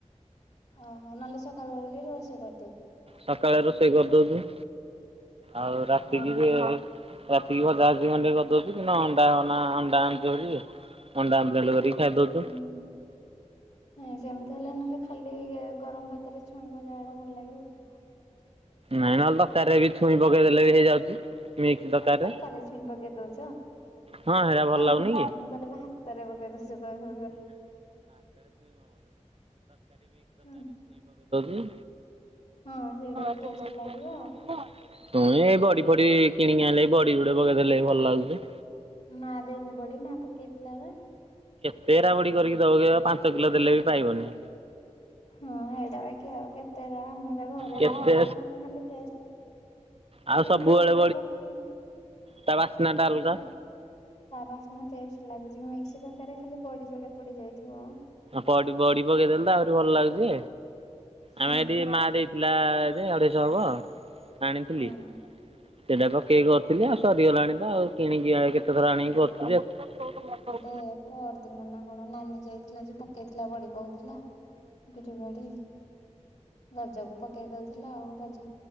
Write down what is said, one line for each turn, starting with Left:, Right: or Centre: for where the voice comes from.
Left: ଓହୋ ନହଲେ ସ ଖାଇବ ବୋଲି ରୋଷେଇ ଚା
Right: ସକାଳେ ରୋଷେଇ କରିଦେଇଚୁ। ଆଉ ରାତିକି
Left: ଓହୋ।
Right: ରାତିକି ଭଜା ଭୁଜି କଁଟିକିଏ କରିଦଉଛି ଦିନ ଅଣ୍ଡା ଅନା ଅଣ୍ଡା <unintelligible>
Left: ହଁ
Right: କରିକି ଖାଇଦଉଛୁ
Left: ନାଇଁ ସେମିତି ହେଲେ ନହେଲେ ଖାଲି ଗରମ ଭାତ ରେ ଛୁଇଁ ଭଜା ଟା ଭଲ ଲାଗିବ କି?
Right: ନାଇଁ ନହେଲେ ତକାରୀରେ ବି ଛୁଇଁ ପକେଇ ଦେେଲେ ବି ହେଇଯାଉଛି। ମିସ୍କ ତକାରୀ
Left: ତରକାରୀରେ
Right: ରେ
Left: ଛୁଇଁ ପକେଇ ଦଉଛ?
Right: ହଁ ହେରା ଭଲ ଲାଗୁନି
Left: ହଁ
Right: କି?
Left: ମୁଁ କହିଲି ଭାତରେ ପକେଇ ଦଉଛ କହିବି ହଁ
Right: ହୁଁ
Left: ହଁ ସେଇଟା ବି
Right: <unintelligible>
Left: ଟେଷ୍ଟ ଲାଗିବ
Right: ଶୁଣି ଏଇ ବଡି ଫଡି କିଣିକି ଆଣିଲେ ବଡିୁଡି ପକେଇଦେଲେ ଭଲ ଲାଗୁଛି।
Left: ମା ଦେଇନି ବଡ଼ି ମା ପକେଇଥିଲା ବା
Right: ତେରା ବଡି କରିକି ଦବକ ପାଞ୍ଚ କିଲୋ ଦେଲେ ବି ପାଇବନି।
Left: ହଁ ସେଇଟା ବାକି ଆଉ କେତେଟା ଆମେ ଘରେ
Right: କେତେ
Left: ଯୋଉଡେ ପେଇ ଆମେ ଖାଲି ଟେଷ୍ଟ କିନ୍ତୁ
Right: ଆଉ ସବୁବେଳେ
Left: ବଡି ଟା ପକେଇଲେ
Right: ତା ବାସ୍ନା ଟା ଅଲଗା
Left: ବାସ୍ନା ଟେଷ୍ଟ ଲାଗୁଛି। ମିକ୍ସ ତରକାରୀ ରେ ଖାଲି ବଡି ଯୋଡ଼େ ପଡି ଯାଇଥିବ।
Right: ବଡି ବଡି ପକେଇଦେଲେ ତ ଆହୁରି ଭଲ ଲାଗୁଛି
Left: ହଁ
Right: ଆମେ ଏଠି ମା ଦେଇଥିଲା ଟା ଏବେ ଅଢେଇଶହ ହବ ଅ ଆଣିଥିଲି
Left: ହଁ।
Right: ସେଟା ପକେଇକି କରିଥିଲି ଆଉ ସରିିଗଲାଣି ତ ଆଉ କିଣ କିଆକି କେତେ ଥର କରିଥିଲି ଆଉ
Left: ଏ ପର ଦିନ ନା କଣ ନାନୀ ଯାଇକି ଆଜି ପ ପକେଇଥିଲା ବଡି କହୁଥିଲା ବିରି ବଡି ରଜକୁ ପକେଇ ଦଉଥିଲା ଆଉ ରଜ